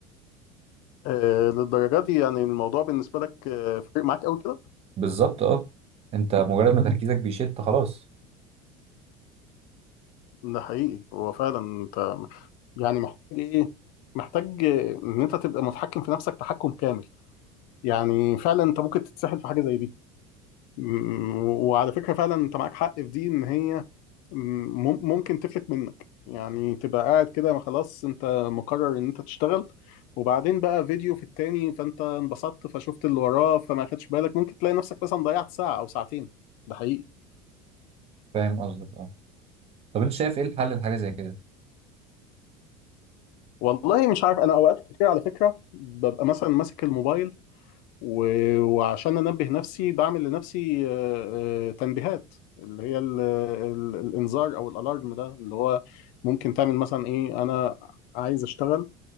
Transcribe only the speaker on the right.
بالظبط اه انت مجرد ما تركيزك بيشت خلاص
فاهم قصدك اه طب انت شايف ايه الحل لحاجه زي كده